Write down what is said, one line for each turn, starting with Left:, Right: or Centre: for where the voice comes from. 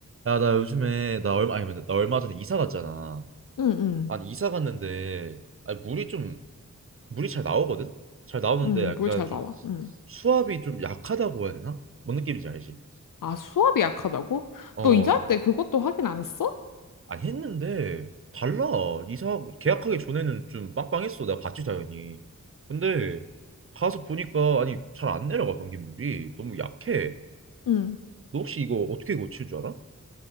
Right: 야, 나 요즘에 나 얼마 아니 근데 나 얼마 전에 이사 갔잖아.
Left: 응, 응,
Right: 아니 이사 갔는데 아니 물이 좀 물이 잘 나오거든. 잘 나오는데
Left: 응,
Right: 약간
Left: 물 잘
Right: 좀
Left: 나와. 응.
Right: 수압이 좀 약하다고 해야 되나? 뭔 느낌인지 알지?
Left: 아, 수압이 약하다고?
Right: 어,
Left: 너 이사할 때 그것도 확인 안 했어?
Right: 아니 했는데 달라. 이사 계약하기 전에는 좀 빵빵했어. 내가 봤지 당연히. 근데 가서 보니까 아니 잘 안 내려가 변기물이 너무 약해.
Left: 응.
Right: 너 혹시 이거 어떻게 고칠 줄 알아?